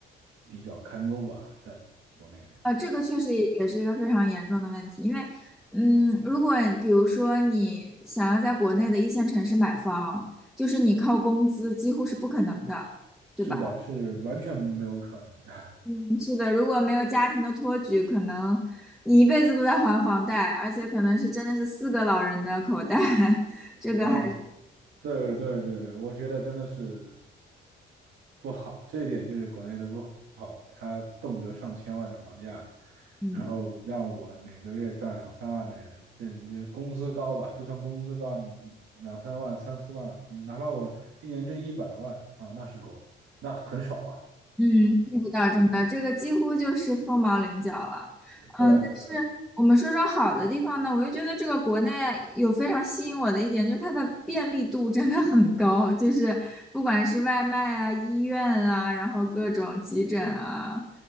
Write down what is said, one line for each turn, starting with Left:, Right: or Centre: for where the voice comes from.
Right: 比较堪忧吧，在国内。
Centre: 呃，这个确实也也是一个非常严重的问题，因为嗯，如果比如说你想要在国内的一线城市买房，就是你靠工资几乎是不可能的，对吧？
Right: 是的，是完全没有可能的。
Centre: 嗯，是的，如果没有家庭的托举，可能你一辈子都在还房贷，而且可能是真的是四个老人的口袋，<laughs> 这个还，
Right: 那对对对，我觉得真的是不好，这一点就是国内的不好他动辄上千万的房价，
Centre: 嗯。
Right: 然后让我每个月赚两三万的人，对，这工资高吧，就算工资高，你两三万、三四万，你哪怕我一年挣一百万啊，那是够了，那很少啊。
Centre: 嗯，见不到这么到，这个几乎就是凤毛麟角了。
Right: 对对，
Centre: 嗯，但是我们说说好的地方呢，我又觉得这个国内有非常吸引我的一点，就是它的便利度真的很高，就是不管是外卖啊、医院啊，然后各种急诊啊，